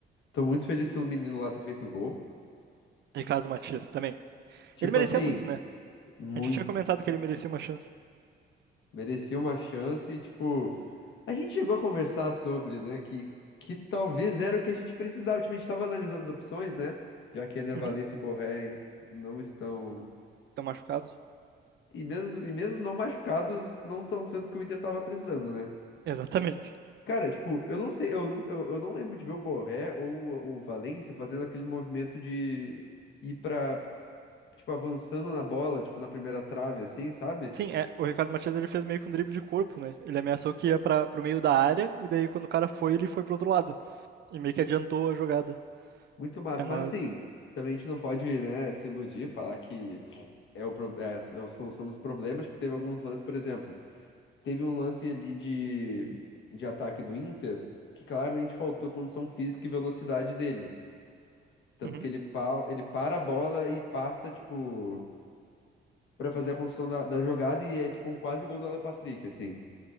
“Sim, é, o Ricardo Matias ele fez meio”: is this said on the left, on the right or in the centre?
Right